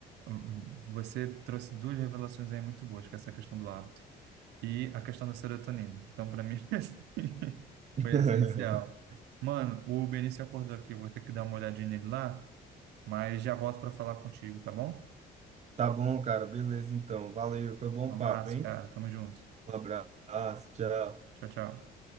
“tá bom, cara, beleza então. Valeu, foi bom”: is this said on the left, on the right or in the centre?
Right